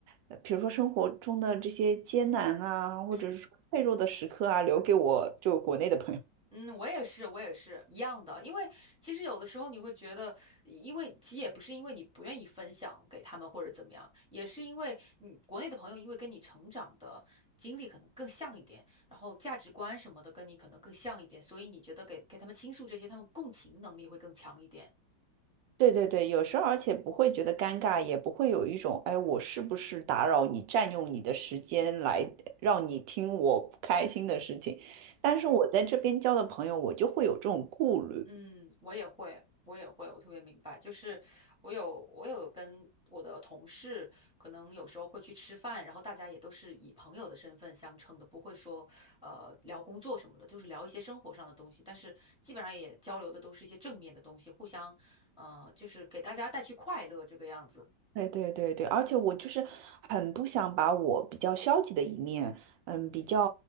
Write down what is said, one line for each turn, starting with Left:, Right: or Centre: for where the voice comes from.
Right: 呃比如说生活中的这些艰难啊，或者是说脆弱的时刻啊，
Centre: 嗯。
Right: 留给我就国内的朋友。
Centre: 嗯，我也是，我也是一样的。因为其实有的时候你会觉得，因为其实也不是因为你不愿意分享给他们或者怎么样，也是因为你国内的朋友因为跟你成长的经历可能更像一点，然后价值观什么的跟你可能更像一点，所以你觉得给给他们倾诉这些，他们共情能力会更强一点。
Right: 对对对，有时候而且不会觉得尴尬，也不会有一种，哎，我是不是打扰你，占用你的时间来让你听我不开心的事情。但是我在这边交的朋友，
Centre: 嗯。
Right: 我就会有这种顾虑。
Centre: 嗯，我也会，我也会，我特别明白。就是我有，我有跟我的同事，可能有时候会去吃饭，然后大家也都是以朋友的身份相称的，不会说呃聊工作什么的，就是聊一些生活上的东西。但是基本上也交流的都是一些正面的东西，互相呃就是给大家带去快乐这个样子。
Right: 对对对对，而且我就是很不想把我比较消极的一面，嗯，比较